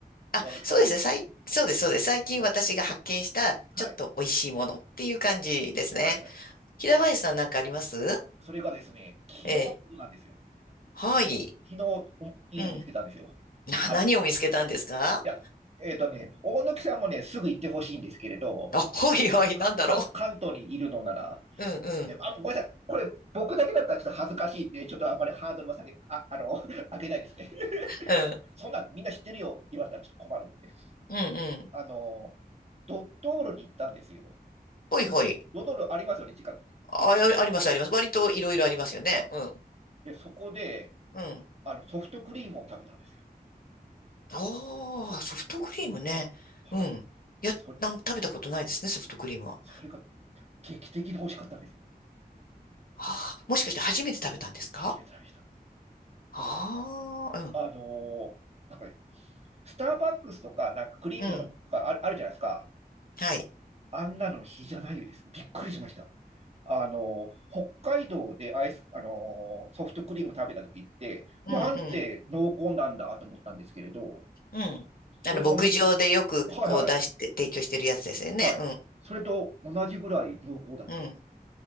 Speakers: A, on the left; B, on the right.
A: あ、
B: 大貫さんと。
A: そうですね。最、そうです、そうです。最近私が発見したちょっと美味しいものっていう感じですね。
B: はい、はい、はい、はい。
A: 平林さんなんかあります
B: あ、それがですね、昨日のことなんですよ。
A: ええ。はい。
B: 昨日、おいいの見つけたんですよ。
A: うん。な、
B: あの、
A: 何を見つけたんですか
B: いや、えっとね、大貫さんもね、すぐ行ってほしいんですけれど、
A: あ、ほいほい、
B: か、
A: なんだろ
B: か、関東にいるのなら、
A: う。うんうん。
B: で、あ、ごめんなさい、これ、僕だけだったらちょっと恥ずかしいんで、ちょっとあんまりハードルは下げ、あ、あの、<laughs> 上げないですね。
A: うん。
B: そんなんみんな知ってるよって言われたらちょっと困るんで。
A: うんうん。
B: あの、ドトールに行ったんですよ。
A: ほいほい。
B: ドトールありますよね、近く、
A: あ、
B: 近所に。
A: ああります、あります。割といろいろありますよね。
B: あ、
A: うん。
B: で、そこで、
A: うん。
B: あの、ソフトクリームを食べたんですよ
A: ああ、ソフトクリームね。
B: はい。
A: うん。いや、
B: それ、
A: なん、食べたことないですね、ソフトクリームは。
B: それが劇的に美味しかったんですよ。
A: ああ、もしかして初めて食べたんですか
B: 初めて食べました。
A: ああー、
B: その、あのーなんかね、スターバックスとか、なんかクリームとかある、
A: うん。
B: あるじゃないですか。
A: はい。
B: あんなの比じゃないです。びっくりしました。あのー、北海道でアイス、あのーソフトクリーム食べた時って、
A: うん、
B: なんて濃厚なんだと思ったんですけれど、
A: うん、うん。
B: それとおん、
A: あの、牧場でよくこう出して、
B: はいはい。
A: 提供してるやつですよね。
B: はい。それと同じぐらい濃厚だったんです。
A: うん、うん。